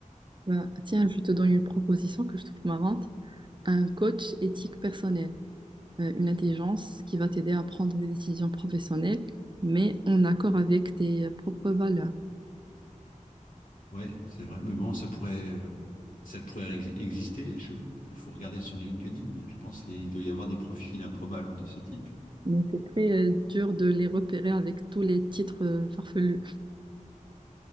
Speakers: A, on the right; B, on the left.
A: Bah, tiens, je te donne une proposition que je trouve marrante. Un coach éthique personnel. euh, une intelligence qui va t'aider à prendre des décisions professionnelles, mais en accord avec tes euh, propres valeurs.
B: Ouais, c'est vrai. Mais bon, ça pourrait, euh, ça pourrait ex- exister. Je- Il faut regarder sur LinkedIn, mais je pense qu'il doit y avoir des profils improbables de ce type.
A: Mais c'est très euh, dur de les repérer avec tous les titres euh, farfelus.